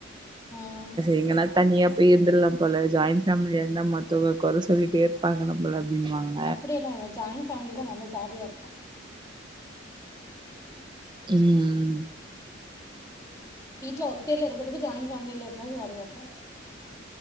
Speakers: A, on the left (about 15°); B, on the right (about 25°).
A: ம்
B: எங்கனா தனியா போய் இருந்தர்லா போல ஜாயிண்ட் ஃபேமிலியா இருந்தா மத்தவங்க கொற சொல்லிட்டே இருப்பாங்க நம்மள அப்படின்னுவாங்க
A: அப்படியெல்லா இல்ல ஜாயிண்ட் ஃபேமிலிதா நல்ல ஜாலியா இருக்கு
B: ம் ம்
A: வீட்ல ஒத்தையில இருக்கறதுக்கு ஜாயின்ட் ஃபேமிலில இருந்தாதா ஜாலியா இருக்கு